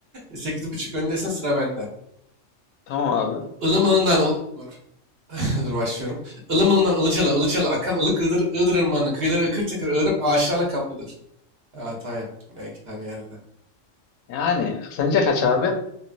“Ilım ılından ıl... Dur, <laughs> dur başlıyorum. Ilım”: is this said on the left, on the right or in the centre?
Right